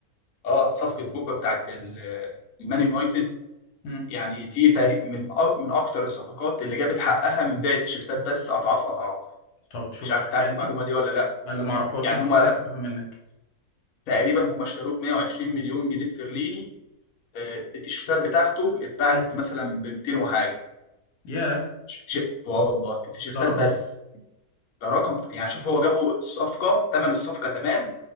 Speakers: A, on the left; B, on the left.
A: اه صفقه بوجبا بتاعت ال- المان يونايتد
B: مم.
A: يعني دي تقريبا من أ- من اكتر الصفقات اللي جابت حقها من بيع التيشيرتات بس اضعاف اضعاف
B: طب شفت
A: مش عارف
B: خيال
A: انت عارف المعلومه
B: دي
A: دي ولا لا
B: انا ما اعرفهاش
A: يعني
B: لسه
A: هما
B: لسه فاهم منك
A: تقريبا هما اشتروه ب 120 مليون جنيه استرليني آه، التيشيرتات بتاعته اتباعت
B: مم.
A: مثلا ب 200 وحاجه
B: ياه
A: ش- ش- اه والله التيشيرتات
B: ده رقم
A: بس ده رقم يعني شوف هو جابوا الصفقه ثمن الصفقه تمام